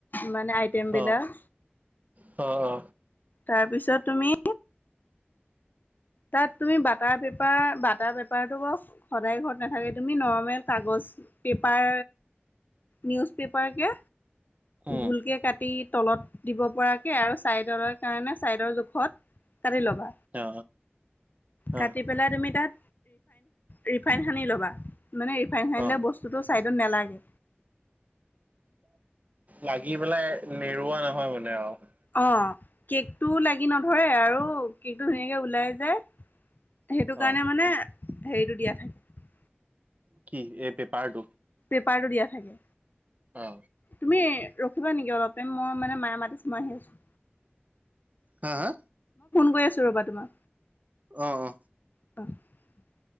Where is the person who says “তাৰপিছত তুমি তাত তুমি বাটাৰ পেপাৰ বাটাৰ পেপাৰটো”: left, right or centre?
Left